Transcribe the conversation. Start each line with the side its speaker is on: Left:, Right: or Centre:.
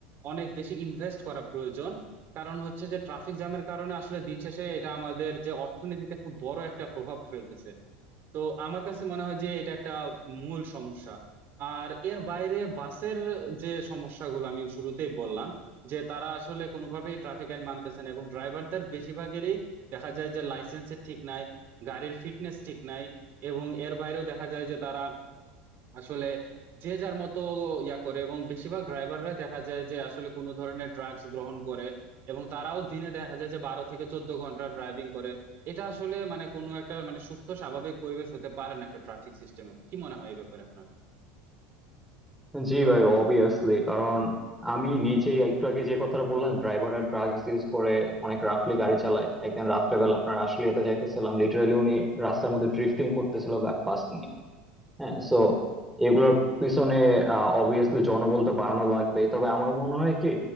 Right: অনেক বেশি ইনভেস্ট করা প্রয়োজন কারণ হচ্ছে যে ট্রাফিক জ্যামের কারণে আসলে দিন শেষে এটা আমাদের যে অর্থনীতিতে খুব বড় একটা প্রভাব ফেলতেছে তো আমার কাছে মনে হয় যে এটা একটা মূল সমস্যা আর এর বাইরে বাসের যে সমস্যাগুলো আমি শুরুতেই বললাম যে তারা আসলে কোনোভাবেই ট্রাফিক আইন মানতেছে না এবং ড্রাইভারদের বেশিরভাগেরই দেখা যায় যে লাইসেন্সের ঠিক নাই গাড়ির ফিটনেস ঠিক নাই এবং এর বাইরেও দেখা যায় যে তারা আসলে যে যার মতো ইয়া করে এবং বেশিরভাগ ড্রাইভাররা দেখা যায় যে আসলে কোনো ধরনের ড্রাগস গ্রহণ করে এবং তারাও দিনে দেখা যায় যে বারো থেকে চোদ্দ ঘন্টা ড্রাইভিং করে এটা আসলে মানে কোনো একটা মানে সুস্থ স্বাভাবিক পরিবেশ হতে পারে না একটা ট্রাফিক সিস্টেমের কি মনে হয় এই ব্যাপারে আপনার
Centre: জি ভাই অবভিয়াসলি কারণ আমি নিজেই একটু আগে যে কথাটা বললেন ড্রাইভাররা ড্রাগস ইউজ করে অনেক রাফলি গাড়ি চালায় একদিন রাত্রেবেলা আপনার আশুলিয়াতে যাইতেছিলাম লিটারালি উনি রাস্তার মধ্যে ড্রিফটিং করতেছিল গা- বাস নিয়ে হ্যাঁ সো এগুলোর পিছনে অবভিয়াসলি জনবল তো বাড়ানো লাগবে তবে আমার মনে হয় কি